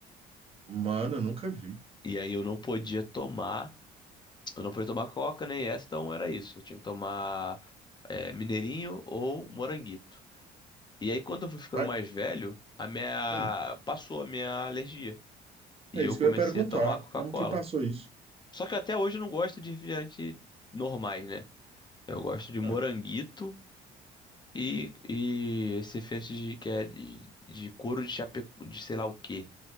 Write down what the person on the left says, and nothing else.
E aí eu não podia tomar. Eu não podia tomar coca nem essa, então era isso. Eu tinha que tomar é, mineirinho ou moranguito. E aí, quando eu fui ficando
mais velho, a minha
passou a minha alergia e
eu
comecei
a tomar Coca-Cola.
Só que até hoje eu não gosto de refrigerante normais, né? Eu gosto de moranguito
e, e esse refrigerante de, que é de, de couro de chapéu de sei lá o quê,